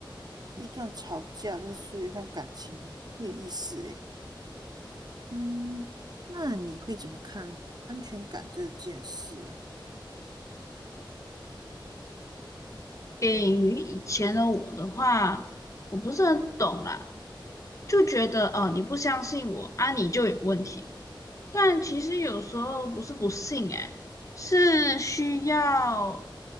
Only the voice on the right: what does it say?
一段吵架，那是一段感情，没有意思诶。嗯，那你会怎么看安全感这件事啊？